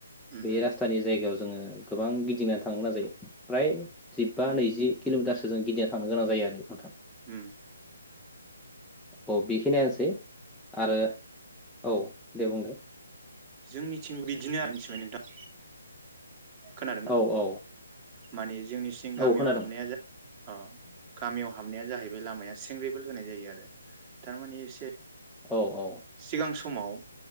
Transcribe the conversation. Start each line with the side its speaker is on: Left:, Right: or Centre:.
Centre: बे
Right: उम
Centre: राजास्तानि जायगायाव जोङो गोबां गिदिंनानै थांगोना जायो फ्राय जिबा
Right: उम
Centre: नैजि किल'मिटार गोजान गिदिंना थांनो गोनां जायो आरो नोंथां
Right: हम
Centre: अ बेखिनियानोसै आरो औ दे बुंनाय
Right: जोंनिथिंबो बिदिनो आरो मिथिबाय नोंथां खोनादोंना
Centre: औ औ
Right: माने जोंनि सिं गामियाव
Centre: औ खोनादों
Right: हाबनाया जा अ गामियाव हाबनाया जाहैबाय लामाया सेंग्रेबोल होनाय जायो आरो थारमानिे एसे
Centre: औ औ
Right: सिगां समाव